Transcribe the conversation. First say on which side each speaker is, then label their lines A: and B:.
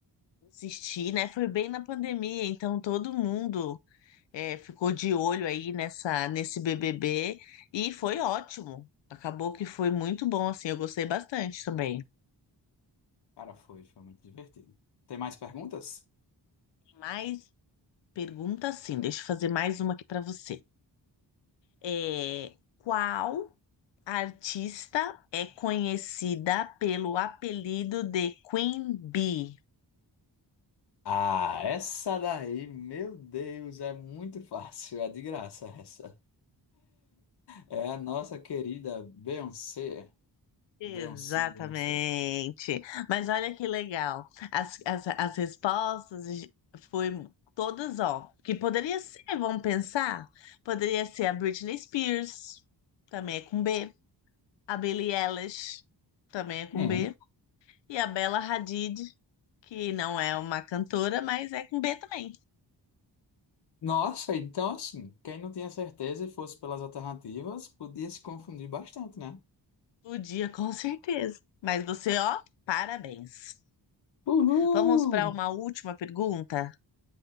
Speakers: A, on the left; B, on the left.
A: assisti, né, foi bem na pandemia, então todo mundo é, ficou de olho aí nessa, nesse BBB e foi ótimo, acabou que foi muito bom, assim, eu gostei bastante também.
B: Cara, foi, foi muito divertido. Tem mais perguntas?
A: Tem Mais pergunta, sim, deixa eu fazer mais uma aqui pra você. É, qual A artista é conhecida pelo apelido de Queen Bee.
B: Ah, essa daí, meu Deus, é muito fácil, é de graça essa. É a nossa querida Beyoncé.
A: Exatamente.
B: Beyoncé, Beyoncé.
A: Mas olha que legal. As, as, as respostas foi todas, ó. Que poderia ser, vamos pensar? Poderia ser a Britney Spears, também é com B. A Billie Eilish, também é com
B: Hum.
A: B. E a Bella Hadid, que não é uma cantora, mas é com B também.
B: Nossa, então assim, quem não tinha certeza e fosse pelas alternativas, podia se confundir bastante, né?
A: O dia, com certeza. Mas você, ó, parabéns.
B: Uhul!
A: Vamos para uma última pergunta.